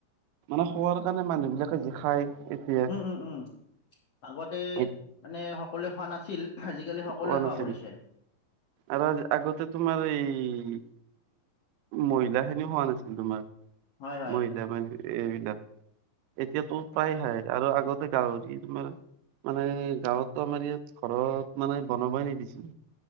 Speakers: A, on the right (about 80°); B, on the left (about 65°).
A: মানে খোৱাৰ কাৰণে মানুহ বিলাকে যি খায়। এতিয়া
B: উম'উম'উম। আগতে
A: এইটো
B: মানে সকলোৱে খোৱা নাছিল আজিকালি সকলোৱে
A: খোৱা
B: খেৱা
A: নাছিল
B: কৰিছে।
A: আৰু আজ আগতে তোমাৰ এই- মহিলা খিনিও খোৱা নাছিল তোমাৰ
B: হয়, হয়।
A: মহিলা মানে এইবিলাক। এতিয়াতো প্ৰায় হাই আৰু আগতে গাহৰি তোমাৰ, মানে গাঁৱতো আমাৰ ইয়াত ঘৰত মানে বনাবাই নিদিছিল।